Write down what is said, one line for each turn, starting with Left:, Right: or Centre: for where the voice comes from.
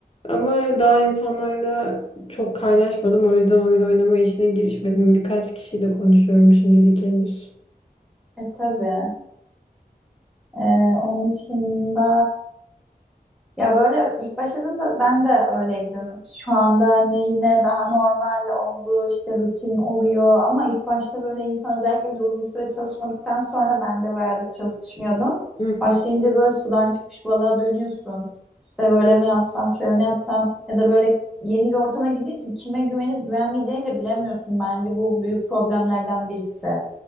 Left: ama daha insanlarla çok kaynaşmadım o yüzden oyun oynama işine girişmedim. Birkaç kişiyle konuşuyorum şimdilik henüz.
Centre: E tabii. E, onun dışında Ya böyle ilk başladığımda ben de öyleydim. Şu anda hani yine daha normal oldu işte rutin oluyor ama ilk başta böyle insan özellikle bir de uzun süre çalışmadıktan sonra ben de bayağıdır çalışmıyordum.
Left: Hı hı.
Centre: Başlayınca böyle sudan çıkmış balığa dönüyorsun. İşte böyle mi yapsam şöyle mi yapsam ya da böyle yeni bir ortama girdiğin için kime güvenip güvenmeyeceğini de bilemiyorsun. Bence bu büyük problemlerden birisi.